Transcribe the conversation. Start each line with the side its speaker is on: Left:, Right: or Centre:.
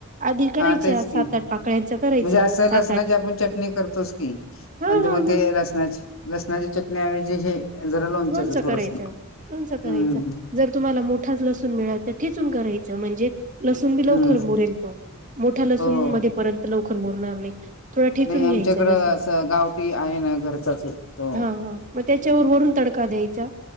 Right: आधी करायच्या
Left: हा तेच की
Right: सात आठ पाकळ्यांचं करायचं
Left: म्हणजे असं
Right: सात
Left: लसणाची
Right: आठ
Left: आपण चटणी करतोस की
Right: हा
Left: पण ते
Right: हा
Left: मग ते लसणाची लसणाची चटणी एवजी हे जरा लोणच्याच
Right: लोणचं
Left: थोडस
Right: करायचं
Left: हम्म.
Right: लोणचं करायचं जर तुम्हाला मोठाच लसूण मिळाल तर ठेचून करायचं म्हणजे लसूून बी लवकर
Left: हम्म
Right: मुरेल तो मोठ्या लसूण
Left: हो
Right: मध्ये पर्यंत लवकर मुरणार नाही. थोडा ठचून
Left: नाही आमच्याकडं
Right: घ्यायच लसूण
Left: असं गावठी आहे ना घरचाच तो
Right: हा हा मग त्याच्यावर वरून तडका द्यायचा.